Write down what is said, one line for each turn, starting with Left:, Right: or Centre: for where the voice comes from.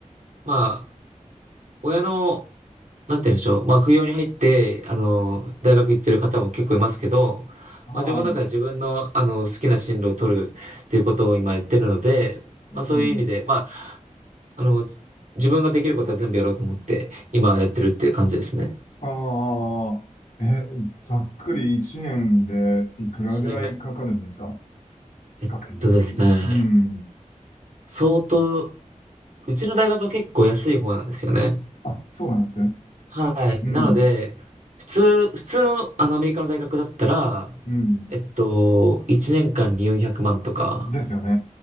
Right: まあ、親のなんて言うんでしょう。まあ、不要に入って、あの、大学行ってる方も結構いますけど、
Left: はい。
Right: まあ、自分の中で自分の、あの、好きな進路を取るっていうことを今やってるので、
Left: うん。
Right: まあ、そういう意味で、まあ、あの、自分ができることは全部やろうと思って、今やってるっていう感じですね。
Left: ああ。え、ざっくり1年でいくらぐらいかかるんですか
Right: はいはいはい。えっとですね、
Left: 学費に。うん。
Right: 相当、うちの大学は結構安い方なんですよね。
Left: あ、そうなんですね。
Right: はい。
Left: うん。
Right: なので、普通、普通の、あの、アメリカの大学だったら、
Left: うん。
Right: えっと、1年間に400万とか、
Left: ですよね。